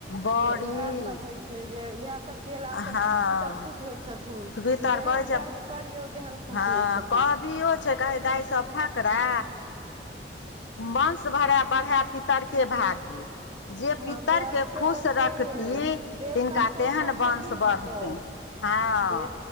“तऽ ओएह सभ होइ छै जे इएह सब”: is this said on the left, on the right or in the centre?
Right